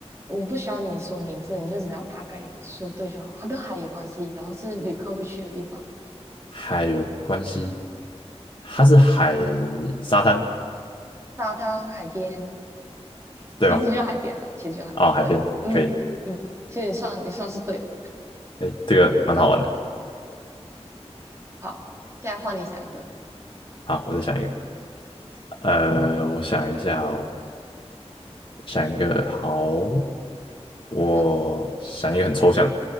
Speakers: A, on the right (about 25°); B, on the left (about 45°).
A: 我不需要你说名字，你就只要大概说对就好。它跟海有关系，然后是旅客会去的地方，
B: 海有关系，它是海沙滩
A: 沙滩、海边，
B: 对吗？
A: 其实就海边了，其实就海边。
B: 啊、海边可以，
A: 对，嗯嗯，其实你算你算是对了。
B: 哎，这个蛮好玩的。
A: 好，现在换你想一个，
B: 好，我再想一个，呃，我想一下哦，想一个好，我想一个很抽象的，
A: 想